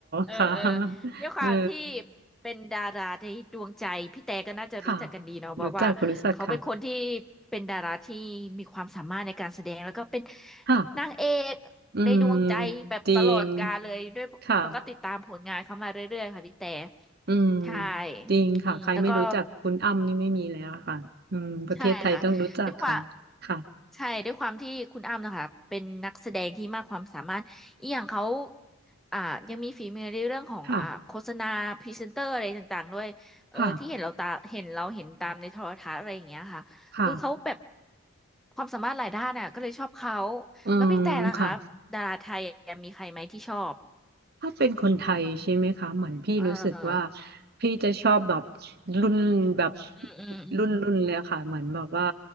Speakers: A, in the centre; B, on the right (about 45°).
A: เออเออ
B: ค่ะ <laughs>
A: ด้วยความที่
B: เออ
A: เป็นดาราในดวงใจพี่แต่ก็น่าจะรู้จักกันดีเนาะเพราะว่าเขาเป็นคนที่
B: ค่ะรู้จักรู้จักค่ะ
A: เป็นดาราที่มีความสามารถในการแสดงแล้วก็เป็น
B: ค่ะ
A: นางเอกในดวงใจแบบตลอดกาลเลยด้วยแล้วก็ติดตามผลงานเขามาเรื่อยๆค่ะพี่แต่
B: อืมจริงค่ะอืม
A: ใช่
B: จริงค่ะใครไม่รู้จักคุณอ้ำนี่ไม่มีแล้วค่ะอืมประเทศไทยต้องรู้จักค่ะ
A: อืมแล้วก็ ใช่ค่ะด้วยความ
B: ค่ะ
A: ใช่ด้วยความที่คุณอ้ำนะคะเป็นนักแสดงที่มากความสามารถอีกอย่างเขาอ่ายังมีฝีมือในเรื่องของอ่าโฆษณาพรีเซนเตอร์อะไรต่างๆด้วยเออที่เห็นเราตาเห็นเราเห็นตามในโทรทัศน์อะไรอย่างเงี้ยค่ะ
B: ค่ะค่ะค่ะ
A: คือเขาแบบความสามารถหลายด้านน่ะก็เลยชอบเขา
B: อืมค่ะ
A: แล้วพี่แต่ล่ะคะดาราไทยมีใครไหมที่ชอบ
B: ถ้าเป็นคนไทยใช่ไหมคะเหมือนพี่รู้สึกว่า
A: เออ
B: พี่จะชอบแบบรุ่นแบบ
A: อืมอืมอืม
B: รุ่นรุ่นเลยอะค่ะเหมือนแบบว่า